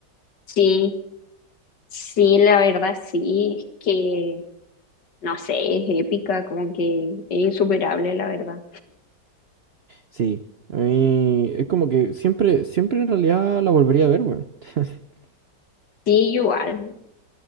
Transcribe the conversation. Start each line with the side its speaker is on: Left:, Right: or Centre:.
Left: Sí, sí, la verdad sí, es que No sé, es épica, como que es insuperable, la verdad.
Right: Sí, a mí es como que siempre, siempre en realidad la volvería a ver, weón. <laughs>
Left: Sí, igual,